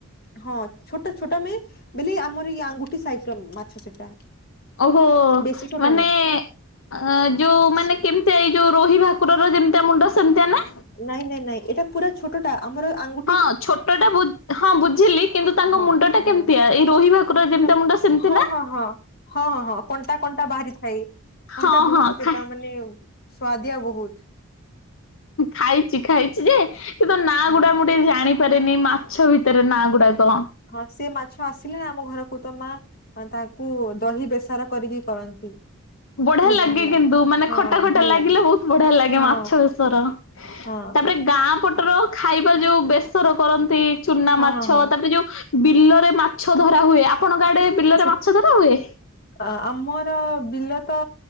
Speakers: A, on the left; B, on the left.
A: ହଁ, ଛୋଟ ଛୋଟ ମି ବଲେ ଆମର ଏଇ ଆଙ୍ଗୁଟି ସାଇଜ୍ର ମାଛ ସେଟା।
B: ଓହୋ,
A: ବେଶୀ ଛୋଟ
B: ମାନେ ଅ ଯୋଉ
A: ନାହିଁ
B: ମାନେ କେମିତିଆ? ଏଇ ଯୋଉ ରୋହି ଭାକୁ ଭାକୁର ର ଯେମିତିଆ ମୁଣ୍ଡ ସେମିତିଆ ନା?
A: ନାଇଁ ନାଇଁ ନାଇଁ, ଏଟା ପୁରା ଛୋଟ ଟା ଆମର ଆଙ୍ଗୁଟ୍
B: ହଁ ଛୋଟ ଟା ବୁଜ୍ ହଁ ବୁଝିଲି, କିନ୍ତୁ ତାଙ୍କ
A: ହଁ
B: ମୁଣ୍ଡ ଟା
A: ହଁ
B: କେମତିଆ? ଏଇ ରୋହି ଭାକ୍ ଭାକୁର ର ଯେମିତିଆ
A: ତ
B: ମୁଣ୍ଡ ସେମିତିଆ
A: ହଁ
B: ନା?
A: ହଁ ହଁ। ହଁ ହଁ ହଁ କଣ୍ଟା କଣ୍ଟା ବାହାରିଥାଏ,
B: ହଁ
A: ହେଟା ବହୁତ୍
B: ହଁ ଖା
A: ତା ମାନେ ସୁଆଦିହା ବହୁତ୍।
B: ଖାଇଚି ଖାଇଚି ଯେ, କିନ୍ତୁ ନା
A: ହଁ
B: ଗୁଡ଼ା ମୁଁ ଟିକେ ଜାଣିି ପାରେନି, ମାଛ ଭିତରେ ନା ଗୁଡ଼ାକ।
A: ହଁ ସିଏ ମାଛ ଆସିଲେ ଆମ ଘରକୁ ତ, ମା ହଁ ତାକୁ ଦହି ବେସର କରିକି କରନ୍ତି।
B: ବଢି଼ଆ
A: ବହୁତ
B: ଲାଗେ
A: ଭଲ
B: କିନ୍ତୁ ମାନେ
A: ହଁ
B: ଖଟା ଖଟା
A: ଭଲ
B: ଲାଗିଲେ
A: ଲାଗେ
B: ବହୁତ୍ ବଢି଼ଆ ଲାଗେ
A: ହଁ
B: ମାଛ ବେଶର।
A: ହଁ
B: ତାପରେ ଗାଁ ପଟର ଖାଇବା ଯୋଉ ବେସର କରନ୍ତି ଚୁନା
A: ହଁ
B: ମାଛ,
A: ହଁ ହଁ
B: ତାପରେ ଯୋଉ ବିଲରେ ମାଛ ଧରାହୁଏ, ଆପଣଙ୍କ ଆଡ଼େ ବିଲରେ
A: ସେ
B: ମାଛ ଧରାହୁଏ?
A: ଅ ଆମର ବିଲ ତ